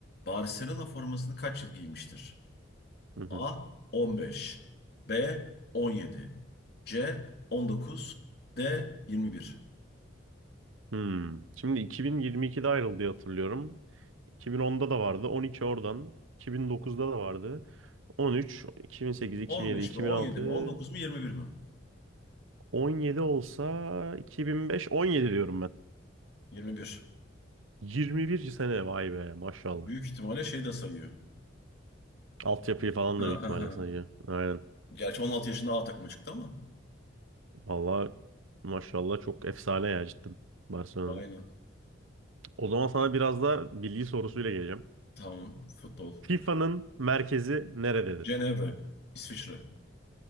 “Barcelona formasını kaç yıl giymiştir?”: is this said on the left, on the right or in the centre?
Left